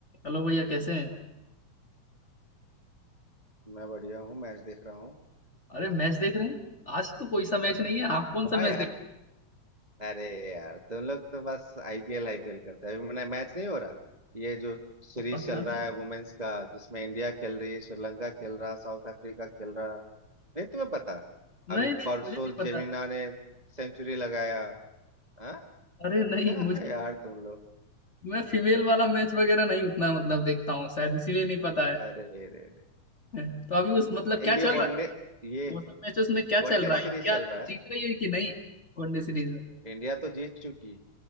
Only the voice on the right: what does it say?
मैं बढ़िया हूँ मैच देख रहा हूँ
हाँ
यार
अरे यार तुम लोग तो बस आईपीएल आईपीएल करते हैं अभी मैंने मैच नहीं हो रहा ये जो सीरीज
चल
रहा है वुमेन्स का जिसमें इंडिया खेल रही है श्रीलंका खेल रहा साउथ अफ्रीका खेल रहा नहीं तुम्हें पता
अभी
परसों
जेमिना ने सेंचुरी लगाया हाँ
क्या
यार तुम लोग
अरे रे
रे
ये
वनडे
ये
वनडे
सीरीज
चल रहा है
इंडिया तो जीत चुकी